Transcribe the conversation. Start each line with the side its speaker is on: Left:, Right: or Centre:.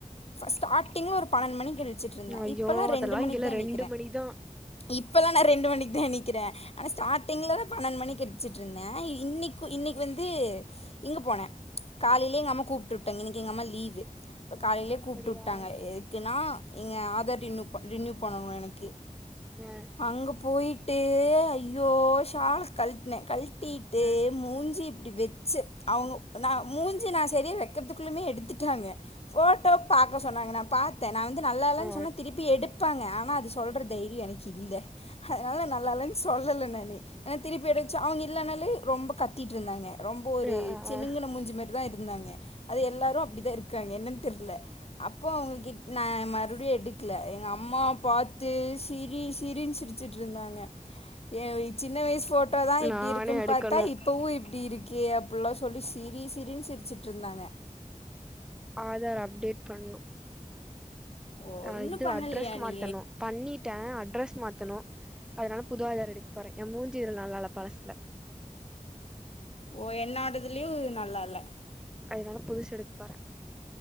Left: ஸ்டார்ட் டிங்னு ஒரு பன்னென் மணிக் எலுச்சுட்ருந்த
Centre: ஐயோ
Left: இப்பல்லா
Centre: அதெல்லா
Left: ரெண்டு மணி
Centre: இங்கெல்லா
Left: தே இனி
Centre: ரெண்டு மணிதா
Left: இப்பல்லா நா ரெண்டு மணிக் தா எநிக்கிறே அனா ஸ்டார்ட்டிங்ல பன்னெண் மணிக்கு ட்ச்சட்ருந்த இன்னிக்கு இன்னக் வந்து இங்க போன காலைலே எங்க அம்மா கூப்ட்டு வுட்டாங் இன்னைக்கு எங்க அம்மா லீவ்வு காலைலே
Centre: அப்படியா
Left: கூப்ட்டு வுட்டாங்க எதுக் குன்னா எங்க ஆதர் ரினி ப ரினியு பண்ணணு எனக்கு
Centre: அ
Left: அங்க போய் ட்டு ஐயோ ஷால்லு கழுட்டினே கள்டிட்டு
Centre: அ
Left: மூஞ்சி இப்டி வச்சு அவங்க ந மூஞ்சி நா சரியா வக்கறதுக்குள்ளமே எடுத்துட்டாங்க ஃபோட்டோ பாக்க சொன்னாங்க நாம்பாத்தே நா வந்து நல்லா இல்லைன்
Centre: அ
Left: சொன்ன திருப்பி எடுப்பாங்க ஆனா அது சொல்ற தை எனக்கு இல்ல அதனால நல்லால்லன்னு சொல்லல நானே அ திருப்பி எதர்ச்சா அவுங்ளே இல்லனலு ரொம்ப கத்தீட்ருந்தாங்க ரொம்ப ஒரு
Centre: அ அ
Left: சினுங்கின
Centre: அ
Left: மூஞ்சு மர் தா இருந்தாங்க அது எல்லாரு அப்டிதா இருக்காங்க என்னன் தெர்ல அப்போ அவுங்கிட் நா மறுபுடி எடுக்ல எங்க அம்மா பாத் து சிரீ சிரீன் சிரிச்ச்ட்ருந்தாங்க ஏ சின்ன வயசு ஃபோட்டோதா இப்டி
Centre: நானே
Left: இருக்குன்
Centre: எடுக்கணு
Left: பாத்தா இப்பவு இப்டி இருக்கியே அப்புட்லா சொல்லி சிரீ சிரீன் சிரிச்சிட்ருந்தாங்க
Centre: ஆதார் அப்டேட் பண்ணு
Left: ஓ
Centre: ஆ
Left: இன்னும்
Centre: இது
Left: பண்ணலையா
Centre: அட்ரஸ் மாத்தணு
Left: நீ
Centre: பண்ணிட் டே அட்ரஸ் மாத்தணு அதனால புது ஆதார் எடுக் போறே ஏ மூஞ்சி இதுல நல்லால பழசுல
Left: ஓ என்னோடதுலயு நல்லால்ல
Centre: அதுனால புதுசு எடுக்போறே